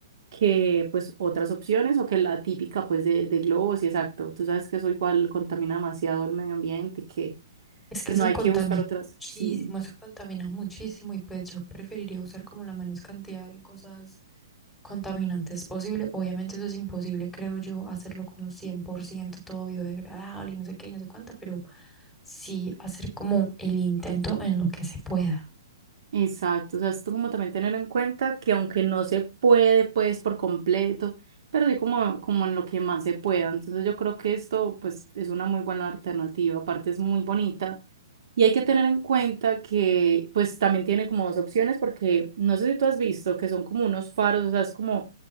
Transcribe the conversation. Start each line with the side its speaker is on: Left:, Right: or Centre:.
Right: que pues otras opciones o que la típica pues de, de globos y exacto. Tú sabes que eso igual contamina demasiado el medio ambiente que
Centre: Es que
Right: pues
Centre: eso
Right: no hay
Centre: contamina
Right: que buscar otras.
Centre: muchísimo,
Right: Sí,
Centre: eso contamina muchísimo y pues yo preferiría usar como la menos cantidad de cosas contaminantes posible. Obviamente eso es imposible, creo yo, hacerlo como 100% todo biodegradable y no sé qué y no sé cuánta, pero sí hacer como el intento en lo que se pueda.
Right: exacto. O sea, esto como también tener en cuenta que aunque no se puede pues por completo, pero sí como, como en lo que más se pueda. Entonces yo creo que esto pues es una muy buena alternativa. Aparte es muy bonita. Y hay que tener en cuenta que pues también tiene como dos opciones porque no sé si tú has visto que son como unos faros, o sea, es como